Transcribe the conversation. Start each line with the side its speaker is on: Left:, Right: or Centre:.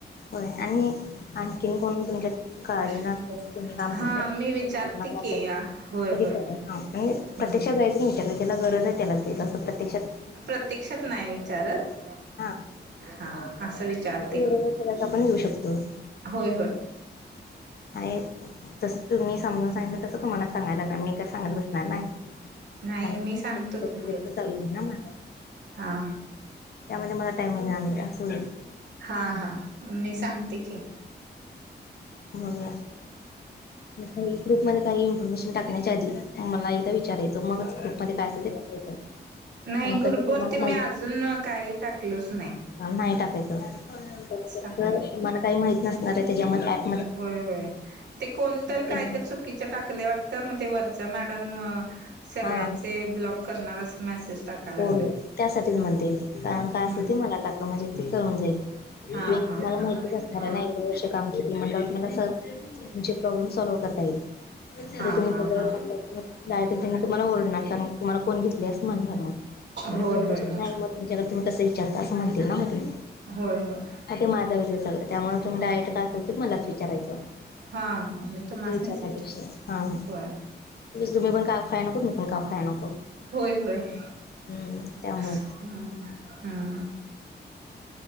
Left: होय आणि आणखीन कोणी तुमच्यात काळजी न
Right: हा
Left: असं तसं तुम्ही काम करताय
Right: मी विचारते
Left: करणार असाल
Right: की होय
Left: तरी
Right: होय
Left: करा हां. आणि
Right: हम्म
Left: प्रत्यक्षात जायचं अन् विचारलं ज्याला गरजाय त्यालाच देईल असं प्रत्यक्षात
Right: प्रत्यक्षात नाय विचारत
Left: हा
Right: हा अस वि चार
Left: गरज
Right: ते मी
Left: त्यालाच आपण देऊ शकतो
Right: होय होय.
Left: आणि तसं तुम्ही समजून सांगितलं तसं तुम्हाला सांगायल लागणार मी काय सांगत बसणार नाही.
Right: नाही
Left: कारण
Right: मी सांगतो
Left: दुसरं
Right: की
Left: प्रोजेक्ट चालू होईल ना माझा
Right: हा.
Left: त्यामध्ये मला टाईम मीळालं नाई असं होईल.
Right: हा हा मी सांगते की.
Left: बघूया <unintelligible> ग्रुपमध्ये काई इन्फॉर्मेशन टाकण्याच्या आधी मला एकदा विचारायचं मगच ग्रुप मध्ये काय असेल ते टाकायचं.
Right: नाई
Left: कारण
Right: ग्रुपवरती
Left: कसं तुम्हाला
Right: मी अजून न काई टाकलोच नाई.
Left: अं नाय टाकायचं कारण कसं
Right: टाकलो
Left: तुमाला काई माहित नसणाराय त्याच्या मधे अँप
Right: होय होय ते कोणतर काय
Left: त्यांना
Right: तर चू कीचं टाकलय वाटतं म ते वरच मॅडम सगळ्यांचे
Left: हा
Right: ब्लॉक करणार अस मेसेज टाकाय लागलं
Left: हो हो
Right: हम्म
Left: त्यासाठीच म्हणते मी कारण काय असल
Right: हम्म
Left: ते मला टाका म्हणजे ती कळून जाईल.
Right: हा हा
Left: मला माहितीच असणार
Right: हा
Left: आहेन एवढे वर्ष काम केले म्हणल्यावर मला सहज तुमचे प्रॉब्लेम सोल्व करता येईल.
Right: हा
Left: जर तुम्ही
Right: हा
Left: त्याच्यावर
Right: हा
Left: टाकलं किंवा तुम्हाला ओरढणार कारण तुम्हाला कोण घेतली असं म्हणणार मग
Right: होय
Left: रेफरन्स
Right: होय
Left: मशिन
Right: होय
Left: नाही मग तुमच्याकडे तुम्ही कसं विचारता असं म्हणतील ना म ते
Right: होय होय.
Left: ह ते माझ्यावर आहे सगळं त्यामुळे तुम्ही डायरेक्ट काय असेल मलाच विचार विचारायचं
Right: हा हा मी तुम्हासनीच
Left: तिथं विचारण्यापेक्षा
Right: विचार
Left: हा हा.
Right: होय
Left: तुम्ही पण काव खाया नको आणि मी पण काव खाया नको.
Right: होय होय हम्.
Left: हम्म त्यामुळेच
Right: हम्म